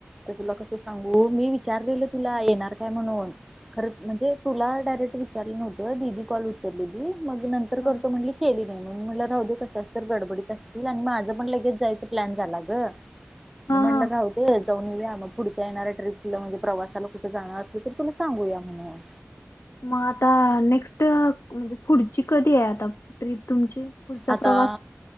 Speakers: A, in the centre; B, on the left.
A: ते तुला कस सांगू मी विचारलेलं तुला येणार काय म्हणून. खर म्हणजे तुला डायरेक्ट विचारलं नव्हतं दीदी, कॉल उचलेली मग नंतर
B: हा
A: करतो केली म्हणून म्हटलं राहुदे कशाच्या तर गडबडीत असचील आणि माझं पण लगेच जायचं प्लॅन झाला गं. मी
B: हा
A: म्हणलं राहुदे जाऊन येऊया म. पुढच्या येणाऱ्या ट्रीपला म्हणजे प्रवासाला कुठे जाणार असली तर तुला सांगूया म्हणून.
B: मग आता नेस्ट म्हणजे पुढची कधी हाय आता ट्रीप तुमची? पुढचा
A: आता
B: प्रवास